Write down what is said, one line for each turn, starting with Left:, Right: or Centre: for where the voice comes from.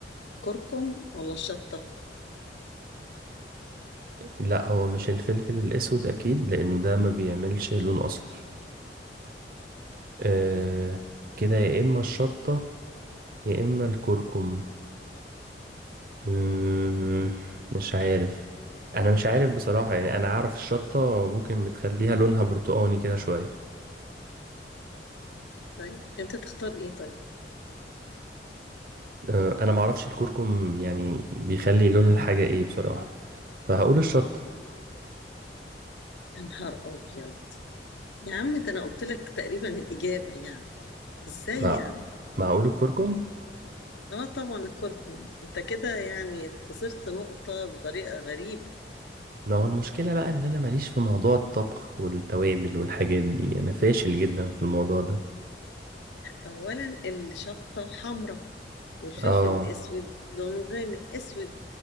Left: كركم ولا الشطة
Right: لا هو مش الفلفل الاسود اكيد لانه ده ما بيعملش لون اصفر أه...
Left: مم.
Right: كده يا اما الشطه يا اما الكركم مم، مش عارف انا مش عارف بصراحة يعني انا عارف الشطة ممكن بتخليها لونها برتقاني كده شوية
Left: طيب انت تختار ايه طيب
Right: أه، انا معرفش الكركم يعني بيخلي لون الحاجة ايه بصراحة فهقول الشطة
Left: يا نهار ابيض يا عم ده انا قلت لك تقريبا الاجابة يعني ازاي
Right: مع
Left: يعني
Right: معقول الكركم
Left: اه طبعا الكركم انت كده يعني خسرت نقطة بطريقة غريبة
Right: ما هو المشكلة بقى ان انا ماليش في موضوع الطبخ والتوابل والحاجات دي انا فاشل جدا في الموضوع ده
Left: اولا الشطة حمراء والفلفل
Right: اه
Left: الاسود لونه غامق اسود